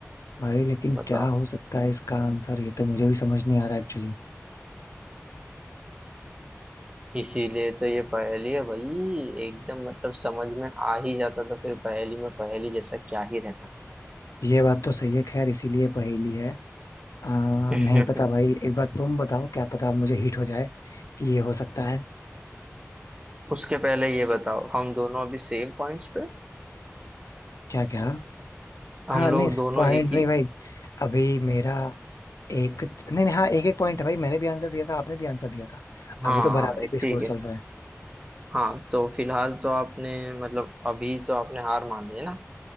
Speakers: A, on the left; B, on the right.
A: भाई लेकिन
B: ना बताओ
A: क्या हो सकता है इसका आंसर ये तो मुझे भी समझ नहीं आ रहा एक्चुअली
B: इसीलिए तो ये पहेली है भाई एकदम मतलब समझ में आ ही जाता तो फिर पहेली में पहेली जैसा क्या ही रहता
A: ये बात तो सही है खैर इसीलिए पहेली है आ,
B: <laughs>
A: नहीं पता भाई एक बार तुम बताओ क्या पता मुझे हिट हो जाए कि ये हो सकता है
B: उसके पहले ये बताओ हम दोनों अभी सेम पॉइंट्स पे
A: क्या क्या
B: हम
A: हाँ
B: लोग
A: नहीं
B: दोनों
A: पॉइंट
B: एक ही
A: नहीं भाई अभी मेरा एक नहीं नहीं हाँ एक एक पॉइंट है भाई मैंने भी आंसर दिया था आपने भी आंसर दिया था
B: हाँ
A: अभी तो बराबरी
B: ये
A: पे
B: ठीक
A: स्कोर
B: है
A: चल रहा है
B: हाँ तो फिलहाल तो आपने मतलब अभी तो आपने हार मान ली है ना